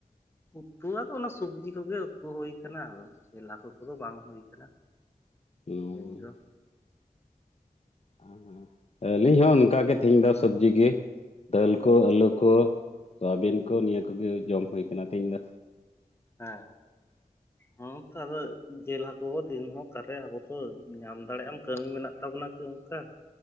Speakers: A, on the left (about 15°); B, on the left (about 45°).
A: ᱩᱛᱩ ᱟᱫᱚ ᱚᱱᱟ ᱥᱚᱵᱽᱡᱤ ᱠᱚᱜᱮ ᱩᱛᱩ ᱦᱩᱭ ᱠᱟᱱᱟ ᱟᱫᱚ ᱡᱮᱹᱞ ᱦᱟᱹᱠᱩ ᱠᱚᱫᱚ ᱵᱟᱝ ᱦᱩᱭ ᱠᱟᱱᱟ᱾
B: ᱦᱩᱻ
A: ᱛᱮᱦᱮᱧ ᱫᱚ
B: ᱦᱮᱸ ᱦᱮᱸ ᱟᱹᱞᱤᱧ ᱦᱚᱸ ᱚᱱᱠᱟᱜᱮ ᱛᱮᱦᱮᱧ ᱫᱚ ᱥᱚᱵᱡᱤ ᱜᱮ ᱫᱟᱹᱞ ᱠᱚ, ᱟᱹᱞᱩ ᱠᱚ, ᱛᱚ ᱟᱹᱵᱮᱱ ᱠᱚ ᱱᱤᱭᱟᱹ ᱠᱚᱜᱮ ᱡᱚᱢ ᱦᱩᱭ ᱟᱠᱟᱱᱟ ᱛᱮᱦᱮᱧ ᱫᱚ᱾
A: ᱦᱮᱸ ᱦᱩᱸ ᱛᱚ ᱟᱫᱚ ᱡᱤᱞ ᱦᱟᱹᱠᱩ ᱦᱚᱸ ᱫᱤᱱᱦᱚ ᱠᱟᱨᱮ ᱟᱵᱚᱛᱚ ᱧᱟᱢ ᱫᱟᱲᱮᱭᱟᱜᱼᱟᱢ ᱠᱟᱹᱢᱤ ᱢᱮᱱᱟᱜ ᱛᱟᱵᱚᱱᱟ ᱠᱤ ᱚᱱᱠᱟ᱾ <inaudible>